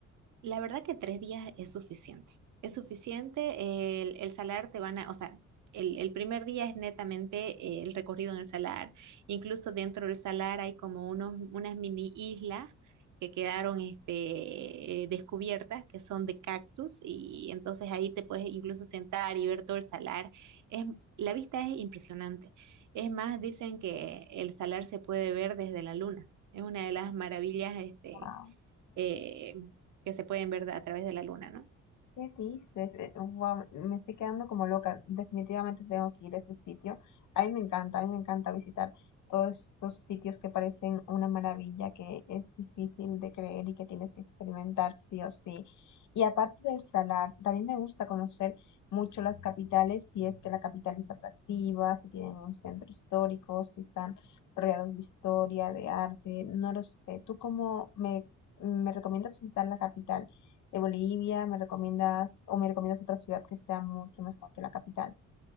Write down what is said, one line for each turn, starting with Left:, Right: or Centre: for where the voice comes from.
Right: La verdad que tres días es suficiente. Es suficiente. El, el salar te van a, o sea, el, el primer día es netamente eh, el recorrido en el salar. Incluso dentro del salar hay como unos, unas mini islas que quedaron este, eh, descubiertas, que son de cactus, y entonces ahí te puedes incluso sentar y ver todo el salar. Es, la vista es impresionante. Es más, dicen que el salar se puede ver desde la luna. Es una de las maravillas este,
Left: Wow,
Right: eh, que se pueden ver a través de la luna, ¿no?
Left: ¿qué dices? Eh, guau, me estoy quedando como loca. Definitivamente tengo que ir a ese sitio. A mí me encanta, a mí me encanta visitar todos estos sitios que parecen una maravilla, que es difícil de creer y que tienes que experimentar sí o sí. Y aparte del salar, también me gusta conocer mucho las capitales, si es que la capital es atractiva, si tienen un centro histórico, si están rodeados de historia, de arte, no lo sé. ¿Tú cómo me, me recomiendas visitar la capital? de Bolivia, me recomiendas o me recomiendas otra ciudad que sea mucho mejor que la capital.